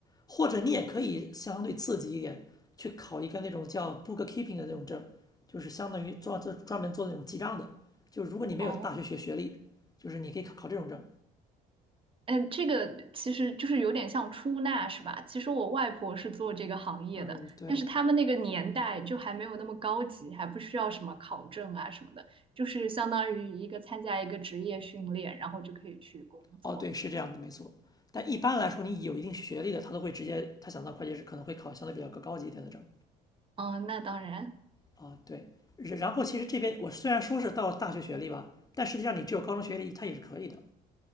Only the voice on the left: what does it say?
或者你也可以相对刺激一点，去考一个那种叫 bookkeeping 的那种证，就是相当于做做专门做那种记账的。就是如果你没有大学学学历，
就是你可以考考这种证。
嗯，对，
哦，对，是这样的，没错。但一般来说，你有一定学历的，他都会直接，他想当会计师可能会考相对比较高高级一点的证
啊。对，然然后其实这边我虽然说是到大学学历吧，但实际上你只有高中学历，他也是可以的。